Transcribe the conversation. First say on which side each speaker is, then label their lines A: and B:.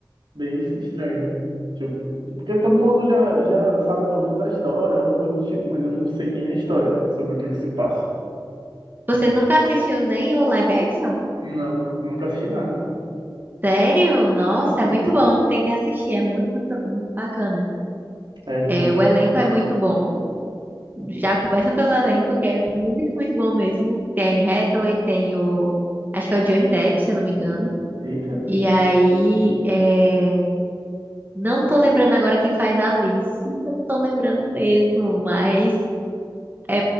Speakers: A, on the right (about 70°); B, on the right (about 25°).
A: bem estranho. Tipo, porque todo mundo já, já sabe pelo menos a história, alguma coisa do tipo, mas eu não sei nem a história, sobre o que que se passa.
B: Você nunca assistiu nem o live action?
A: Não, nunca assisti nada.
B: Sério? Nossa,
A: Uhum.
B: é muito bom. Tem que assistir. É muito, muito, muito bacana.
A: É, depois.
B: É, o elenco é muito bom. Já começa pelo elenco, que é muito, muito bom mesmo. Tem a Anne Hathaway, tem o. Acho que é o Johnny Depp, se eu não me engano.
A: Eita.
B: E aí. É... Não tô lembrando agora quem faz a Alice. Não tô lembrando mesmo, mas. É,